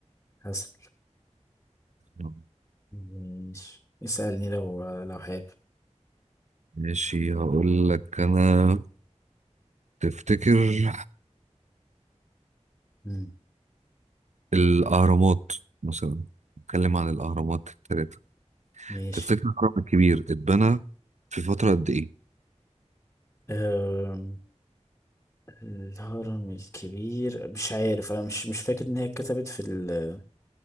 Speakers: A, on the left; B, on the right.
A: حصل
B: آه.
A: ماشي اسألني لو لو حابب
B: ماشي هقول لك انا تفتكر
A: مم.
B: الاهرامات مثلا نتكلم عن الاهرامات الثلاثه
A: ماشي
B: تفتكر الهرم الكبير اتبنى في فتره قد ايه
A: أم، الهرم الكبير مش عارف انا مش مش فاكر ان هي اتكتبت في ال...